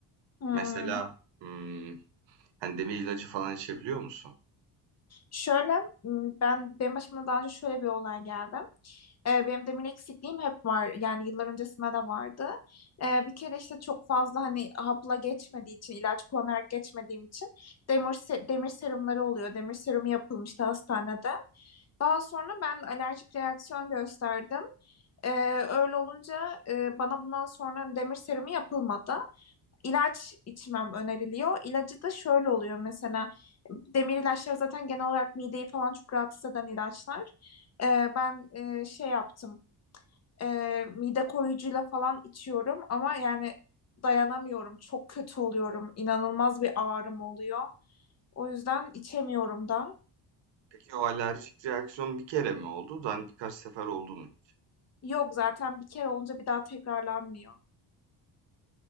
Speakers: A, on the left (about 35°); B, on the right (about 75°).
A: Hmm.
B: Mesela, ımm, hani, demir ilacı falan içebiliyor musun?
A: Şöyle m, ben benim başıma daha önce şöyle bir olay geldi. Ee, benim demir eksikliğim hep var. Yani yıllar öncesinde de vardı. Ee, bir kere işte çok fazla hani hapla geçmediği için, ilaç kullanarak geçmediğim için demir, se- demir serumları oluyor. Demir serumu yapılmıştı hastanede. Daha sonra ben alerjik reaksiyon gösterdim. Ee, öyle olunca e, bana bundan sonra demir serumu yapılmadı ilaç içmem öneriliyor. İlacı da şöyle oluyor mesela demir ilaçlar zaten genel olarak mideyi falan çok rahatsız eden ilaçlar. Ee, ben e, şey yaptım e, mide koruyucuyla falan içiyorum ama yani dayanamıyorum çok kötü oluyorum inanılmaz bir ağrım oluyor. O yüzden içemiyorum da.
B: Peki o alerjik reaksiyon bir kere mi oldu da, hani, birkaç sefer oldu mu hiç?
A: Yok zaten bir kere olunca bir daha tekrarlanmıyor.